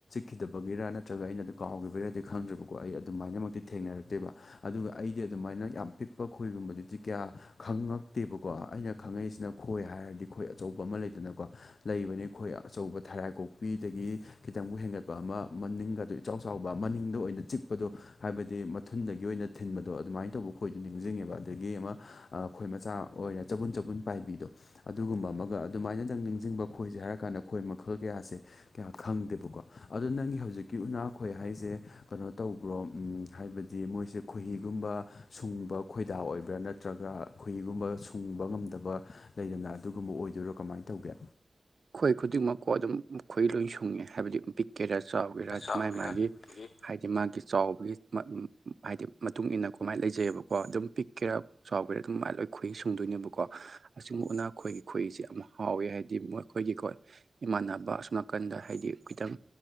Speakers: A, on the left; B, on the right.
A: ꯈꯤꯗꯕꯒꯤꯔꯥ ꯅꯠꯇ꯭ꯔꯒ ꯑꯩꯅ ꯑꯗꯨ ꯀꯥꯎꯈꯤꯕꯔꯥ ꯈꯪꯗ꯭ꯔꯕꯀꯣ ꯑꯩ ꯑꯗꯨꯃꯥꯏꯅꯃꯛꯇꯤ ꯊꯦꯡꯅꯔꯛꯇꯦꯕ ꯑꯗꯨꯒ ꯑꯩꯗꯤ ꯑꯗꯨꯃꯥꯏꯅ ꯌꯥꯝ ꯄꯤꯛꯄ ꯈꯣꯏꯒꯨꯝꯕꯗꯨꯗꯤ ꯀꯌꯥ ꯈꯪꯉꯛꯇꯦꯕꯀꯣ ꯑꯩꯅ ꯈꯪꯉꯛꯏꯁꯤꯅ ꯈꯣꯏ ꯍꯥꯏꯔꯗꯤ ꯈꯣꯏ ꯑꯆꯧꯕ ꯑꯃ ꯂꯩꯗꯅꯀꯣ ꯂꯩꯕꯅꯤ ꯑꯩꯈꯣꯏ ꯑꯆꯧꯕ ꯊꯔꯥꯏ ꯀꯣꯛꯄꯤꯗꯒꯤ ꯈꯤꯇꯪꯕꯨ ꯍꯦꯟꯒꯠꯄ ꯑꯃ ꯃꯅꯤꯡꯒꯗ ꯏꯆꯥꯎ ꯆꯥꯎꯕ ꯃꯅꯤꯡꯗ ꯑꯣꯢꯅ ꯆꯤꯛꯄꯗꯣ ꯍꯥꯢꯕꯗꯤ ꯃꯊꯨꯟꯗꯒꯤ ꯑꯣꯢꯅ ꯊꯤꯟꯕꯗꯣ ꯑꯗꯨꯃꯥꯢꯅ ꯇꯧꯕ ꯈꯣꯢꯗꯣ ꯅꯤꯡꯁꯤꯡꯉꯦꯕ ꯑꯗꯒꯤ ꯑꯃ ꯑꯥ ꯈꯣꯢ ꯃꯆꯥ ꯑꯣꯢꯅ ꯆꯕꯨꯟ ꯆꯕꯨꯟ ꯄꯥꯢꯕꯤꯗꯣ ꯑꯗꯨꯒꯨꯝꯕ ꯑꯃꯒ ꯑꯗꯨꯃꯥꯢꯅꯗꯪ ꯅꯤꯡꯁꯤꯡꯕ ꯈꯣꯢꯖꯦ ꯍꯥꯢꯔꯀꯥꯟꯗ ꯈꯣꯢ ꯃꯈꯜ ꯀꯌꯥꯁꯦ ꯀꯌꯥ ꯈꯪꯗꯦꯕꯀꯣ ꯑꯗꯣ ꯅꯪꯒꯤ ꯍꯧꯖꯤꯛꯀꯤ ꯎꯅꯥꯈꯣꯢ ꯍꯥ ꯍꯥꯢꯖꯦ ꯀꯩꯅꯣ ꯇꯧꯕ꯭ꯔꯣ ꯎꯝ ꯍꯥꯢꯕꯗꯤ ꯃꯣꯢꯖꯦ ꯈꯣꯢꯍꯤꯒꯨꯝꯕ ꯁꯨꯡꯕ ꯈꯣꯢꯗꯥ ꯑꯣꯢꯕ꯭ꯔꯥ ꯅꯠ ꯇ꯭ꯔꯒ ꯈꯍꯤꯒꯨꯝꯕ ꯁꯨꯡꯕ ꯉꯝꯗꯕ ꯂꯩꯗꯅ ꯑꯗꯨꯒꯨꯝꯕ ꯑꯣꯢꯗꯣꯢꯔꯣ ꯀꯃꯥꯢꯅ ꯇꯧꯒꯦ
B: ꯈꯣꯢ ꯈꯨꯗꯤꯡꯃꯛꯀꯣ ꯑꯗꯨꯝ ꯈꯣꯢꯌꯤ ꯂꯣꯢ ꯁꯨꯡꯉꯦ ꯍꯥꯢꯕꯗꯤ ꯕꯤꯛ ꯀꯦꯔꯁꯥ ꯑꯣꯏꯒꯦꯔꯥ
A: ꯆꯥꯎꯒꯦꯔꯥꯒꯤ
B: ꯃꯥꯥꯏ ꯃꯥꯒꯤ ꯍꯥꯏ ꯍꯥꯏꯗꯤ ꯃꯥꯒꯤ ꯆꯥꯎꯕꯒꯤ ꯍꯥꯏꯗꯤ ꯃꯇꯨꯡ ꯏ ꯃꯇꯨꯡꯏꯟꯅ ꯀꯃꯥꯏꯅ ꯂꯩꯖꯩꯑꯕꯀꯣ ꯑꯗꯨꯝ ꯄꯤꯛꯀꯦꯔꯥ ꯆꯥꯎꯈꯔꯦ ꯑꯗꯨꯝꯃꯥꯏꯅ ꯂꯣꯏ ꯈꯣꯏꯏ ꯁꯨꯡꯗꯣꯏꯅꯦꯕꯀꯣ ꯑꯁꯤꯒꯨꯝꯅ ꯑꯩꯈꯣꯏꯒꯤ ꯈꯁꯤꯦ ꯌꯥꯝ ꯍꯥꯎꯋꯦ ꯍꯥꯏ ꯍꯥꯏꯗꯤ ꯃꯈꯣꯏꯒꯤꯀꯣ ꯏꯃꯥꯟꯅꯕ ꯑꯁꯨꯝ ꯅꯥꯀꯟꯗ ꯍꯥꯏꯗꯤ ꯈꯤꯇꯪ